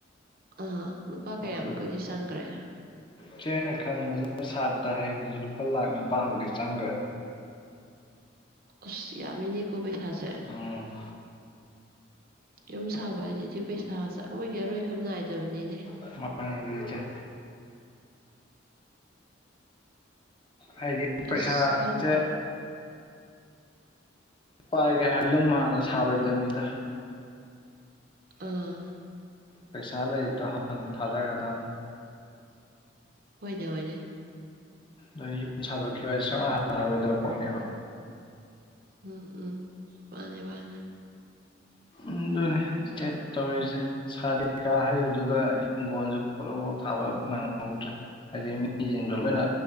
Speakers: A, on the right (about 50°); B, on the left (about 25°).
A: ꯑꯥ ꯂꯨꯄꯥ ꯀꯌꯥꯃꯨꯛꯀꯗꯤ
B: ꯑꯗꯨ
A: ꯆꯪꯒ꯭ꯔꯦ
B: ꯆꯦ ꯑꯩꯅ ꯈꯟꯕꯗ ꯁꯥꯠꯇ ꯍꯩꯕꯗꯨ ꯂꯨꯄꯥ ꯂꯥꯛ ꯅꯤꯄꯥꯟꯗꯤ ꯆꯪꯒ꯭ꯔꯦ
A: ꯑꯁ ꯌꯥꯝꯃꯤꯅꯦꯀꯣ ꯄꯩꯁꯥꯁꯦ
B: ꯎꯝ
A: ꯌꯨꯝ ꯁꯥꯕ ꯍꯥꯏꯁꯤꯗꯤ ꯄꯩꯁꯥ ꯆꯪꯕꯒꯤ ꯑꯔꯣꯏ ꯈꯝ ꯅꯥꯏꯗꯕꯅꯤꯅꯦ
B: <unintelligible> ꯏꯆꯦ ꯍꯥꯏꯗꯤ ꯄꯩꯁꯥ
A: ꯑꯁ ꯈꯪꯗꯦ
B: ꯆꯦ ꯄꯥꯏꯒꯦ ꯍꯥꯏꯔ ꯌꯨꯝ ꯍꯥꯟꯅ ꯁꯥꯔꯣꯏ ꯗꯧꯅꯤꯗ
A: ꯑ
B: ꯄꯩꯁꯥ ꯂꯩ <unintelligible> ꯍꯥꯟ ꯊꯥꯗꯒꯗꯕꯅꯤ
A: ꯍꯣꯏꯅꯦ ꯍꯣꯏꯅꯦ
B: ꯅꯣꯏ ꯌꯨꯝ ꯁꯥꯗꯣꯛꯈꯤꯕ ꯍꯥꯢꯁꯦ ꯁꯨꯡ ꯍꯜ ꯍꯟꯂꯛ ꯑꯔꯣꯏꯗꯕ ꯄꯣꯠꯅꯦꯕ
A: ꯎꯝ ꯎꯝ ꯃꯥꯅꯦ ꯃꯥꯅꯦ
B: ꯎꯝ ꯑꯗꯨꯅꯦ ꯏꯆꯦ ꯇꯧꯔꯤꯁꯦ ꯁꯥꯏꯠ ꯀꯩꯀꯥ ꯍꯩꯕꯗꯨꯗ ꯍꯤꯡꯒꯣꯜꯁꯨ ꯄꯣꯠ ꯑꯝꯕꯧ ꯊꯥꯕ ꯅꯪꯍꯧꯗ꯭ꯔꯦ ꯍꯥꯏꯗꯤ ꯃꯤꯁꯤꯡꯗꯣ ꯂꯣꯏꯅ